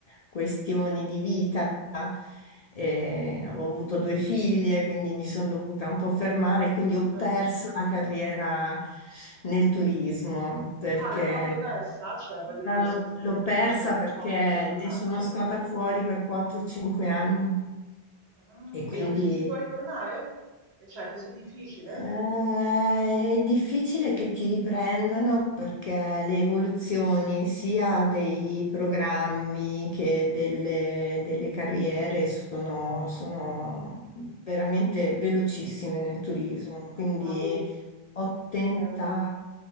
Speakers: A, on the left (about 55°); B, on the right (about 70°).
A: questioni di vita. eh, ho avuto due figlie, quindi mi sono dovuta un po' fermare, quindi ho
B: Certo.
A: perso la carriera nel turismo perché
B: Ah, l'hai proprio persa? Cioè, voglio dire,
A: ma l'ho
B: scusami,
A: l'ho
B: tu
A: persa
B: non avresti
A: perché
B: modo di ritornarci?
A: ne sono stata fuori per 4-5 anni
B: Ah,
A: e quindi
B: e non ci si può ritornare? E cioè, è così difficile?
A: eh, è difficile che ti riprendano perché le evoluzioni sia dei programmi che delle, delle carriere sono, sono veramente velocissime nel turismo. Quindi
B: Ah, vedi,
A: ho tentato.
B: ehm,